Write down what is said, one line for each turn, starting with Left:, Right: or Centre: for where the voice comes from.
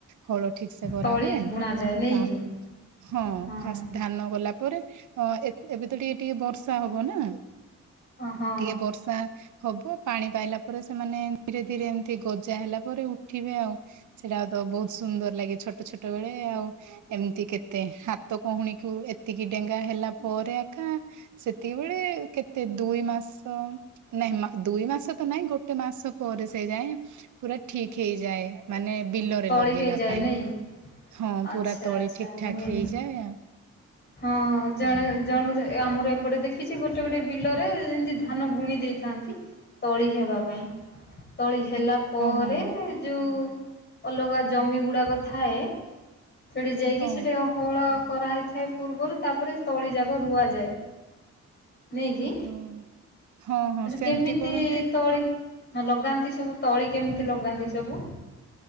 Right: ହଳ ଠିକ ସେ କରାହୁଏ।
Left: ତଳି ବୁଣାଯାଏ ନେଇକି?
Right: ତା ହଁ
Left: ହଁ
Right: ଫାଷ୍ଟ ଧାନ ଗଲା ପରେ ଅ ଏ ଏବେ ତ ଟିକେ ଟିକେ ବର୍ଷା ହବ ନା
Left: ହଁ
Right: ଟିକେ ବର୍ଷା ହବ ପାଣି ପାଇଲା ପରେ ସେମାନେ ଧୀରେ ଧୀରେ ଏମତି ଗଜା ହେଲା ପରେ ଉଠିବେ ଆଉ। ଛିଡା ହଉଥବ। ବହୁତ ସୁନ୍ଦର ଲାଗେ ଛୋଟ ଛୋଟ ବେଳେ ଆଉ। ଏମିତି କେତେ ହାତ କହୁଣୀକୁ ଏତିକି ଡେଙ୍ଗା ହେଲା ପରେ ଆକା ସେତିକିବେଳେ କେତେ ଦୁଇ ମାସ ନାଇଁ ମା ଦୁଇ ମାସ ତ ନାଇଁ ଗୋଟେ ମାସ ପରେ ସେ ଯାଏ ପୁରା ଠିକ ହେଇଯାଏ। ମାନେ ବିଲରେ
Left: ତଳି
Right: ଲଗେଇବା
Left: ହେଇଯାଏ
Right: ପାଇଁ
Left: ନାଇଁ
Right: ହଁ
Left: ଆଚ୍ଛା
Right: ପୁରା ତଳି
Left: ଆଚ୍ଛା
Right: ଠିକ୍ ଠାକ୍
Left: ଏମିତି
Right: ହେଇଯାଏ ଆଉ।
Left: ହଁ ଜଣେ ଜଣ ଆମର ଏପଟେ ଦେଖିଛି ଗୋଟେ ଗୋଟେ ବିଲରେ ଯେମିତି ଧାନ ବୁଣି ଦେଇଥାନ୍ତି। ତଳି ହେବା ପାଇଁ। ତଳି ହେଲା ପରେ
Right: ହଁ ହଁ।
Left: ଯଉଁ ଅଲଗା ଜମି ଗୁଡ଼ାକ ଥାଏ। ସେଇଠି ଯାଇକି
Right: ହଁ
Left: ସେଇଠି ହଳ କରାହୋଇଥାଏ ପୂର୍ବରୁ ତାପରେ ତଳିଯାକ ରୁଆଯାଏ। ନେଇକି।
Right: ହଁ ହଁ ହଁ ସେମିତି
Left: କେମିତି
Right: କରନ୍ତି
Left: ତଳି ଲଗାନ୍ତି ସବୁ ତଳି କେମିତି ଲଗାନ୍ତି ସବୁ?